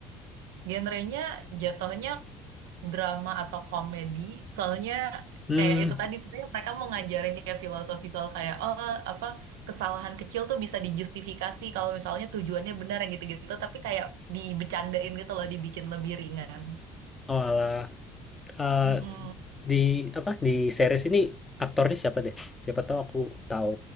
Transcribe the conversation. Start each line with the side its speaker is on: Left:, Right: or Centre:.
Right: Genrenya jatuhnya drama atau komedi. Soalnya
Left: Hmm,
Right: kayak itu tadi sebenarnya mereka mau ngajarin kayak filosofi soal kayak oh apa kesalahan kecil tuh bisa dijustifikasi kalau misalnya tujuannya benar yang gitu-gitu. Tapi kayak dibecandain gitu loh, dibikin lebih ringan.
Left: oh alah, Eh,
Right: Mm-mm.
Left: di apa di series ini aktornya siapa deh? Siapa tahu aku tahu